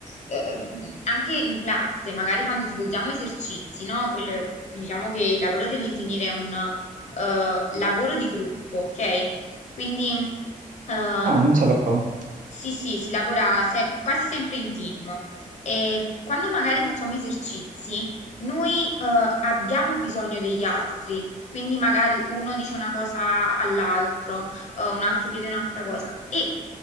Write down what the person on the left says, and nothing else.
eh, anche in classe, magari quando svolgiamo esercizi, no? Quello- diciamo che il lavoro dell'ingegnere è un eh, lavoro di gruppo, ok? Quindi, eh,
sì, sì, si lavora se- quasi sempre in team. E quando magari facciamo esercizi, noi, eh, abbiamo bisogno degli altri. Quindi magari uno dice una cosa all'altro, eh, un altro chiede un'altra cosa. E